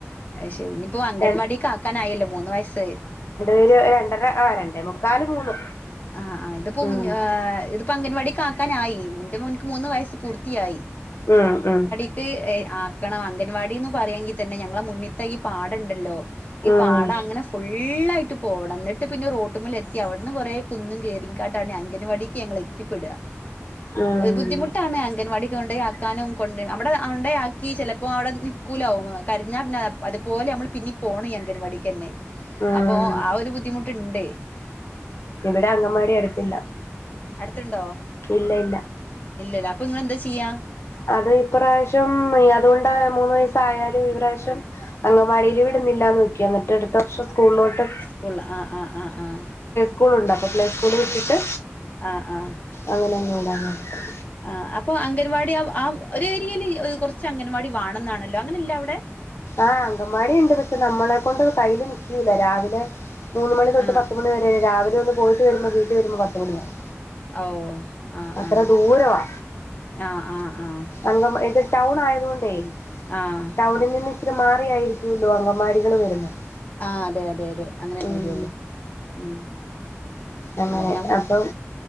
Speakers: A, on the left; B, on the left.
A: അഹ് ശെരി ഇനിപ്പോ അംഗൻവാടിക്ക്
B: ര
A: ആക്കാനായല്ലോ മൂന്ന് വയസ്സ്
B: ഒരു രണ്ടര ആരണ്ടേ മുക്കാല് മൂന്ന്
A: ആഹ് ആഹ് ഇതിപ്പോ
B: ഉം
A: ഏഹ് ഇതിപ്പോ അംഗൻവാടിക്ക് ആക്കാനായി എന്റെ മോൻക്ക് മൂന്ന് വയസ്സ് പൂർത്തിയായി
B: ആഹ് ആഹ്
A: ക്ക് ഏഹ് ആക്കണം അംഗൻവാടിന്ന് പറയാങ്കിതന്നെ ഞങ്ങളെ മുന്നിൽത്തെ ഈ പാടണ്ടല്ലോ ഈ
B: ഉം
A: പാടങ്ങനെ ഫുള്ളായിട്ട് പോവണം എന്നിട്ട് പിന്നെ റോട്ട്മൽ എത്തി അവിടുന്ന് കൊറേ കുന്നും കേറി കാണ്ടാണ് അങ്കൻവാടിക്ക് ഞങ്ങൾ എത്തിപ്പെട.
B: ഉം
A: ബുദ്ധിമുട്ടാണ് അംഗൻവാടീക്ക് കൊണ്ടായ ആ ക്കാനും കൊണ്ട് നമ്മടെ ആണ്ടേ ആക്കി ചിലപ്പോ അവിടെ നിക്കൂല ഓൻ കരഞ്ഞാ പിന്നെ അതുപോലെ നമ്മൾ പിന്നിം പോണം ഈ അംഗൻവാടിക്കന്നെ
B: ഉം
A: അപ്പൊ ആ ഒരു ബുദ്ധിമുട്ട്ണ്ട്
B: ഇവിടെ അങ്ങൻമാടി അടുത്തില്ല
A: അടുത്തുണ്ടോ
B: ഇല്ല ഇല്ല
A: ഇല്ല ഇല്ല അപ്പൊ ഇങ്ങളെന്താ ചെയ്യാ
B: അത് ഇപ്രാവശ്യം അതുകൊണ്ട് മൂന്ന് വയസ്സ് ആയാലും ഇപ്രാവശ്യം അങ്കവാടിൽ വി ടുന്നില്ലന്ന് വെക്ക എന്നിട്ട് അടുത്ത വർഷം സ്കൂളിലോട്ട്
A: സ്കൂൾല് ആഹ് ആഹ് ആഹ്
B: സ്കൂൾണ്ട് അപ്പൊ പ്ലേ സ്കൂൾ വിട്ടിട്ട്
A: ആഹ് ആഹ്
B: അങ്ങനെ അങ്ങ് വിടാന്ന് ഓർത്ത്
A: ആഹ് അപ്പൊ അംഗൻവാടി ആ ഒരു ഏരിയയിൽ കുറച്ച് അംഗൻവാടി വേണന്നാണല്ലോ അങ്ങനെയില്ലേ അവിടെ
B: ആഹ് അങ്കമ്മാടി ഉണ്ട് പക്ഷെ നമ്മളെ കൊണ്ട് കയ്യിൽ നിൽക്കൂല്ല രാവിലെ മൂന്ന് മണി തൊട്ട്
A: ആ
B: പത്ത് മണി വരെ രാവിലെ ഒന്ന് പോയിട്ട് വരുമ്പോ വീട്ടിൽ വരുമ്പോ പത്ത് മണിയാവും
A: ഓഹ് ആഹ്
B: അത്ര
A: ആഹ്
B: ദൂരവാ
A: ആഹ് ആഹ് ആഹ്
B: അംഗ ഇത് ടൗൺ ആയത് കൊണ്ടേ
A: ആഹ്
B: ടൗണിൽ നിന്ന് ഇച്ചിരി മാറിയായിരിക്കോല്ലോ അങ്കമാടികൾ വരുന്നത്
A: ആഹ് അതെ അതെ അതെ അങ്ങനെ തന്നെ
B: ഉം
A: വരൊള്ളൂ ഉം
B: അങ്ങനെ
A: ആഹ് ഞമ്മു
B: അപ്പം